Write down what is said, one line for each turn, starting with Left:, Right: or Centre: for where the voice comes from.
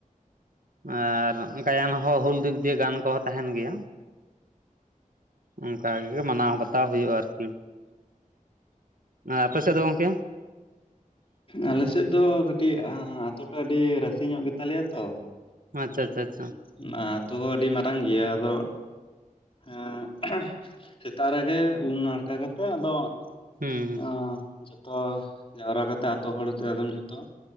Right: ᱟᱨ ᱜᱟᱭᱟᱱ ᱦᱚᱸ ᱦᱩᱞ ᱫᱤᱠ ᱫᱤᱭᱮ ᱜᱟᱭᱟᱱ ᱠᱚᱦᱚᱸ ᱛᱟᱦᱮᱱ ᱜᱮᱭᱟ ᱚᱱᱠᱟᱜᱮ ᱢᱟᱱᱟᱣ ᱵᱟᱛᱟᱣ ᱦᱩᱭᱩᱜᱼᱟ ᱟᱨᱠᱤ ᱟᱨ ᱟᱯᱮ ᱥᱮᱫ ᱫᱚ ᱜᱚᱝᱠᱮ
Left: ᱟᱞᱮᱥᱮᱫ ᱫᱚ ᱠᱟᱹᱴᱤᱡ ᱟᱛᱩ ᱴᱟᱜ ᱟᱹᱰᱤ ᱨᱟᱥᱮ ᱧᱚᱜ ᱜᱮᱛᱟᱞᱮᱭᱟ ᱛᱚ
Right: ᱟᱪᱪᱷᱟ ᱟᱪᱪᱷᱟ ᱟᱪᱪᱷᱟ
Left: ᱚᱱᱟᱛᱚ ᱟᱹᱰᱤ ᱢᱟᱨᱟᱝ ᱜᱮᱭᱟ ᱟᱫᱚ ᱦᱮᱸ ᱥᱮᱛᱟᱜ ᱨᱮᱜᱮ ᱩᱢ ᱱᱟᱲᱠᱟ ᱠᱟᱛᱮᱜ ᱟᱫᱚ
Right: ᱦᱩᱸ
Left: ᱚ ᱡᱚᱛᱚ ᱡᱟᱣᱨᱟ ᱠᱟᱛᱮ ᱟᱛᱳ ᱦᱚᱲ ᱟᱫᱚᱢ ᱡᱚᱛᱚ